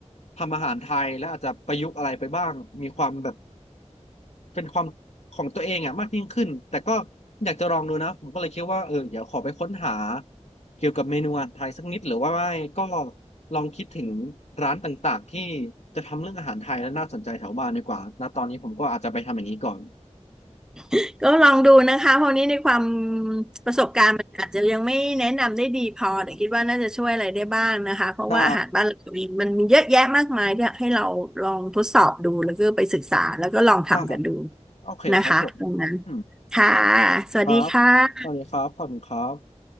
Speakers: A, on the left; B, in the centre.
A: ทำอาหารไทยและอาจจะประยุกต์อะไรไปบ้างมีความแบบ เป็นความของตัวเองอ่ะมากยิ่งขึ้น แต่ก็อยากจะลองดูนะ ผมก็เลยคิดว่าเออเดี๋ยวขอไปค้นหาเกี่ยวกับเมนูอาหารไทยสักนิดหรือว่าไม่ก็ลองคิดถึงร้านต่างๆที่จะทำเรื่องอาหารไทยแล้วน่าสนใจแถวบ้านดีกว่าณตอนนี้ผมก็อาจจะไปทำอย่างนี้ก่อน
B: ๆก็ลองดูนะคะเพราะนี้ในความประสบการณ์มันอาจจะยังไม่แนะนำได้ดีพอแต่คิดว่าน่าจะช่วยอะไรได้บ้างนะคะเพราะว่าอาหารบ้านเราเองมันมีเยอะแยะมากมายที่ให้เราลองทดสอบดูแล้วก็ไปศึกษาแล้วก็ลองทำกันดู
A: ได้ได้โอเคครับผม
B: นะคะตรงนั้น
A: อืม
B: ค่ะ สวัสดีค่ะ
A: ครับสวัสดีครับขอบคุณครับ